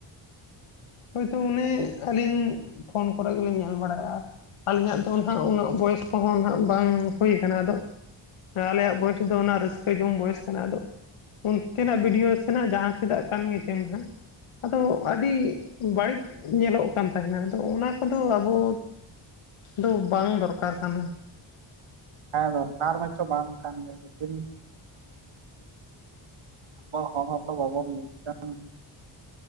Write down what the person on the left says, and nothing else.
ᱦᱳᱭ ᱛᱳ ᱩᱱᱤ ᱟᱹᱞᱤᱧ ᱯᱷᱳᱱ ᱠᱚᱨᱮ ᱜᱮᱞᱤᱧ ᱧᱮᱞ ᱵᱟᱲᱟᱭᱟ᱾ ᱟᱹᱞᱤᱧᱟᱜ ᱫᱚ ᱦᱟᱸᱜ ᱩᱱᱟᱹᱜ ᱵᱚᱭᱮᱥ ᱠᱚᱦᱚᱸ ᱦᱟᱸᱜ ᱵᱟᱝ ᱦᱩᱭ ᱟᱠᱟᱱᱟ ᱟᱫᱚ ᱟᱼᱞᱮᱭᱟᱜ ᱵᱚᱭᱮᱥ ᱫᱚ ᱚᱱᱟ ᱨᱟᱹᱥᱠᱟᱹ ᱡᱚᱝ ᱵᱚᱭᱮᱥ ᱠᱟᱱᱟ ᱟᱫᱚ, ᱩᱱᱠᱤᱱᱟᱜ ᱵᱷᱤᱰᱤᱭᱳ᱾ ᱥᱮᱱᱟᱜ ᱡᱟᱦᱟᱸᱥᱮᱫᱟᱜ ᱠᱟᱱ ᱜᱮ ᱪᱚ ᱦᱟᱸᱜ ᱟᱫᱚ ᱟᱹᱰᱤ ᱵᱟᱹᱲᱤᱡ ᱧᱮᱞᱚᱜ ᱠᱟᱱ ᱛᱟᱦᱮᱱᱟ ᱟᱫᱚ ᱚᱱᱟ ᱠᱚᱫᱚ ᱟᱵᱚ ᱫᱚ ᱵᱟᱝ ᱫᱚᱨᱠᱟᱨ ᱠᱟᱱᱟ